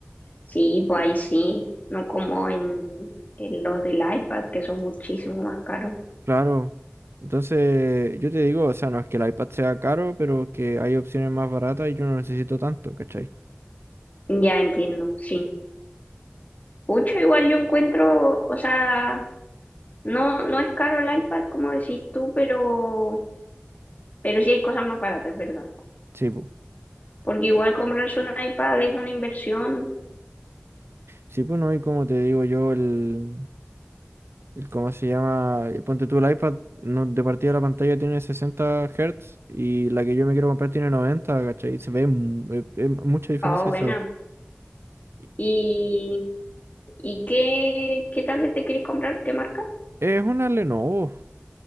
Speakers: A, on the left (about 40°); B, on the right (about 75°).
A: Sí, pues ahí sí, no como en, en los del iPad que son muchísimo más caros.
B: Claro. Entonces, yo te digo, o sea, no es que el iPad sea caro, pero que hay opciones más baratas y yo no necesito tanto, ¿cachai?
A: Ya entiendo, sí. Mucho igual yo encuentro, o sea... No, no es caro el iPad, como decís tú, pero, pero sí hay cosas más baratas, es verdad.
B: Sí, pues.
A: Porque igual comprarse un iPad es una inversión,
B: Sí, pues no, y como te digo yo, el... el- ¿Cómo se llama? Eh, Ponte tú el iPad, no, de partida la pantalla tiene 60 Hz y la que yo me quiero comprar tiene 90, ¿cachai? Se ve mu- eh, eh, mucha diferencia
A: ah, buena.
B: eso. Y
A: ¿Y, y qué, qué tablet te quieres comprar? ¿Qué marca?
B: Es una Lenovo,